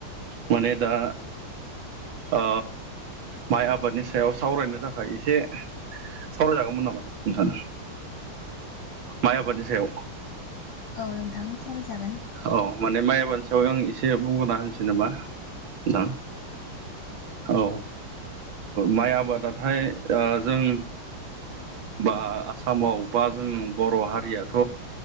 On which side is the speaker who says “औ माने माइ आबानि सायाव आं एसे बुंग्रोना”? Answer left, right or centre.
Right